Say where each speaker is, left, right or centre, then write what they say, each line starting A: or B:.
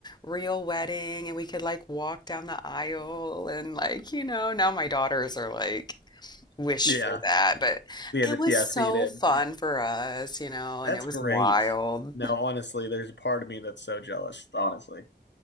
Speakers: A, on the left; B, on the left.
A: real wedding and we could like walk down the aisle and like, you know, now my daughters are like, wish
B: Yeah.
A: for that. But
B: Yeah,
A: it
B: that's,
A: was
B: yeah,
A: so
B: seeing it.
A: fun
B: Yeah.
A: for us, you know,
B: That's
A: and it was
B: great.
A: wild.
B: No, honestly, there's a part of me that's so jealous, honestly.